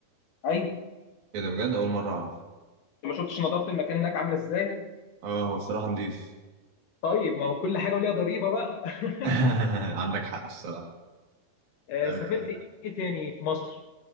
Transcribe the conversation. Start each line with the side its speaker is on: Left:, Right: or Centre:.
Left: أيوه
Right: ايه ده بجد اول مره اعرف
Left: ما شفتش نظافة المكان هناك عاملة إزاي
Right: اه هو الصراحه نضيف
Left: طيب ما هو كل حاجة وليها ضريبة بقى
Right: <laughs>
Left: <laughs>
Right: عندك حق الصراحه
Left: آه،
Right: آه،
Left: سافرت إيه تاني في مصر